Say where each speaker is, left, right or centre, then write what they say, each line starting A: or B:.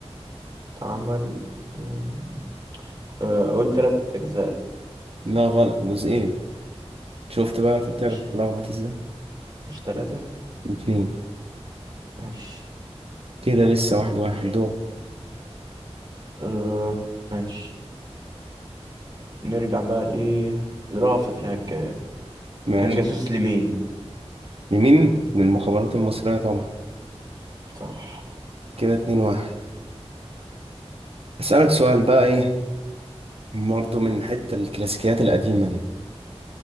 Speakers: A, on the right; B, on the right.
A: اتعمل مم، آه أقول تلات أجزاء
B: لا غلط جزئين شفت بقى انت بتعرف
A: مش
B: تلخبط ازاي
A: مش تلاتة
B: اتنين
A: ماشي
B: كده لسه واحد واحد دور
A: آه ماشي نرجع بقى لإيه لرأفت الهجان
B: ماشي
A: كان جاسوس لمين
B: لمين للمخابرات المصرية طبعا
A: صح
B: كده اتنين واحد اسألك سؤال بقى ايه برضه من حتة الكلاسيكيات القديمة دي